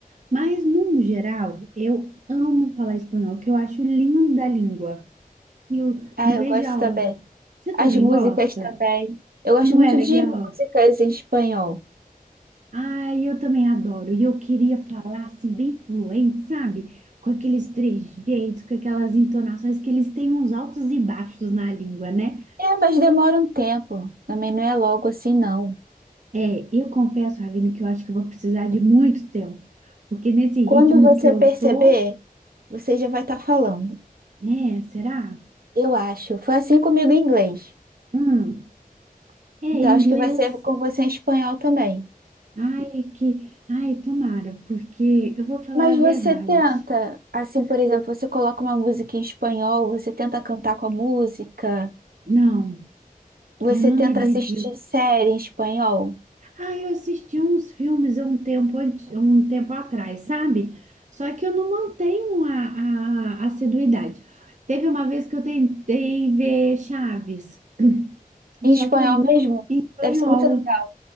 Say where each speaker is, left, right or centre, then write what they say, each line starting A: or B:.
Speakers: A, on the right; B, on the right.
A: Mas, no geral, eu amo falar espanhol, que eu acho linda a língua. E eu
B: Ah,
A: não
B: eu
A: vejo
B: gosto
A: a
B: também.
A: hora. Você também
B: As músicas
A: gosta?
B: também. Eu gosto
A: Não
B: muito
A: é legal?
B: de músicas em espanhol.
A: Ai, eu também adoro. E eu queria falar assim, bem fluente, sabe? Com aqueles trejeitos, com aquelas entonações que eles têm uns altos e baixos na língua, né?
B: É, mas demora um tempo. Também não é logo assim, não.
A: É, eu confesso, Ravine, que eu acho que eu vou precisar de muito tempo, porque nesse ritmo
B: Quando você
A: que eu
B: perceber,
A: tô,
B: você já vai estar falando.
A: né? Será?
B: Eu acho. Foi assim comigo em inglês.
A: Hum, é
B: Então,
A: inglês.
B: acho que vai ser com você em espanhol também.
A: Ai, que. Ai, tomara, porque eu vou falar
B: Mas
A: a
B: você
A: verdade.
B: tenta, assim, por exemplo, você coloca uma música em espanhol, você tenta cantar com a música,
A: Não,
B: você
A: eu não
B: tenta
A: me dedico.
B: assistir série em espanhol.
A: Ah, eu assisti uns filmes há um tempo, anti- um tempo atrás, sabe? Só que eu não mantenho a, a assiduidade. Teve uma vez que eu tentei ver Chaves,
B: Em
A: só
B: espanhol
A: que eu não
B: mesmo?
A: espanhol,
B: Deve ser muito legal.